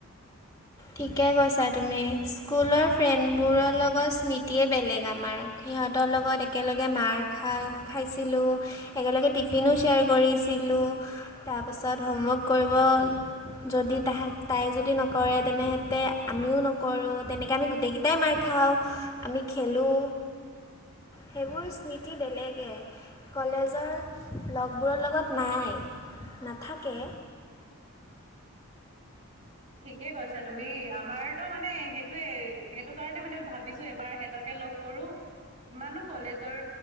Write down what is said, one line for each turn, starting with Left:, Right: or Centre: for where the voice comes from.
Left: ঠিকে কৈছা তুমি স্কুলৰ ফ্ৰেণ্ডবোৰৰ লগত। নীতিয়ে বেলেগ আমাৰ সিহঁতৰ লগত একেলগে মাৰ খা খাইছিলোঁ। একেলগে টিফিনো শ্বেয়াৰ কৰিছিলোঁ তাৰপিছত হোমৱৰ্ক কৰিব। যদি তাহাক তাই যদি নকৰে তেনেহেতে। আমিও নকৰোঁ তেনেকৈ আমি গোটেইকেইটাই মাইৰ খাওঁ আমি খেলোঁ। সেইবোৰ স্মৃতি বেলেগে।। কলেজৰ লগবোৰৰ লগত নাই নাথাকে।
Right: ঠিকেই কৈছা তুমি আমাৰতো মানে সেইটোয়েৱে সেইটো। তই মানে ভাবিছো এবাৰ সিহঁতকে লগ কৰো। কিমাননো কলেজৰ